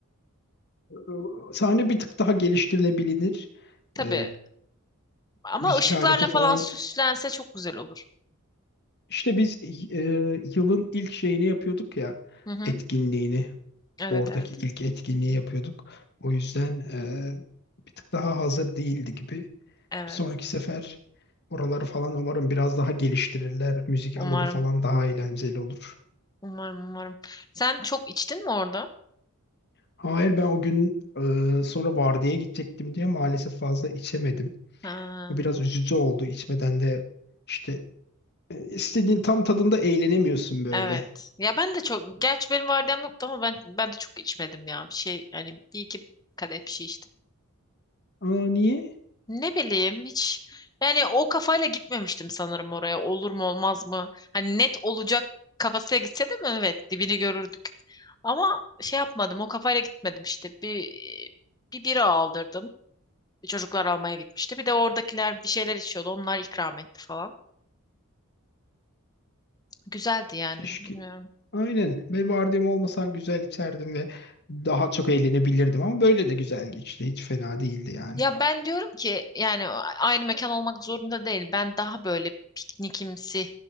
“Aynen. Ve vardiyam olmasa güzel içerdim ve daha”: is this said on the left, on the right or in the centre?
Left